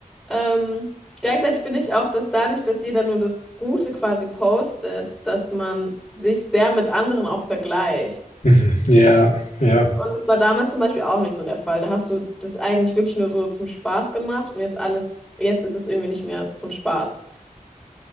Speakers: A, in the centre; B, on the left (about 60°).
A: Ähm, gleichzeitig finde ich auch, dass dadurch, dass jeder nur das Gute quasi postet, dass man sich sehr mit anderen auch vergleicht.
B: Mhm. Ja, ja,
A: Und das war damals zum Beispiel auch nicht so der Fall. Da hast du das eigentlich wirklich nur so zum Spaß gemacht und jetzt alles, jetzt ist es irgendwie nicht mehr zum Spaß.